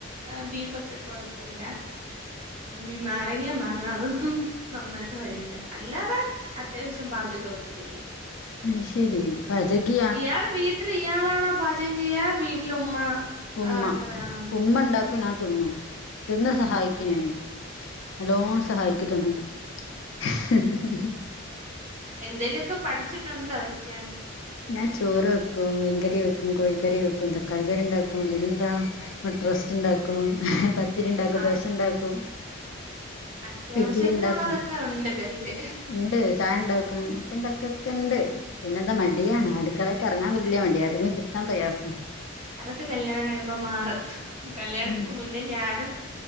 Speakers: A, on the right (about 35°); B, on the left (about 65°).
A: ആഹ് ബീഫൊക്കെ കൊഴപ്പഇല്ല. ഈ നാരങ്ങാ മാങ്ങ അതൊന്നും നന്നായിട്ട് വരൂല, അല്ലാതെ അത്യാവശ്യം പാചകൊക്കെ ചെയ്യാം.
B: അയ്ശെരി. പാചഗീ
A: ഇയാള് വീട്ടില് ഇയാളാണോ പാചകം ചെയ്യാ വീട്ടില് ഉമ്മ
B: ഉമ്മ
A: ആഹ് ഒക്കെ വേണോ
B: ഉമ്മണ്ടാ ഞാ തിന്നു. തിന്ന് സഹായിക്കും ഞാന് നല്ലോം സഹായിക്കും തിന്ന്ട്ട്. ഹ് ഹ് ഹ് ഹ്.
A: എന്തേലൊക്കെ പഠിച്ചിട്ടൊണ്ടോ വെക്ക്യാൻ?
B: ഞാൻ ചോറ് വെക്കും, മീൻകറി വെക്കും, കോഴിക്കറി വെക്കും, തക്കാളിക്കറിണ്ടാക്കും പിന്നെന്താ... മുട്ട റോസ്റ്റ്ണ്ടാക്കും പത്തിരിണ്ടാക്കും
A: ആഹ്
B: ദോശണ്ടാക്കും.
A: അത്യാവശ്യത്തിനുള്ളതൊക്കെ
B: ഇഡ്ലിണ്ടാക്കും,
A: ഉണ്ട് കയ്യില്
B: ഇണ്ട് ചായണ്ടാക്കും. പ്പെന്തക്കൊക്കെണ്ട് പിന്നെന്താ മടിയാണ് അടുക്കളേക്കെറങ്ങാൻ വല്ല്യ മട്യാ എറങ്ങി കിട്ടാൻ പ്രയാസാ.
A: അതൊക്കെ കല്യാണം കഴിയുമ്പോ മാറും, കല്യാണത്തിന്
B: ഉം
A: മുന്നേ ഞാനും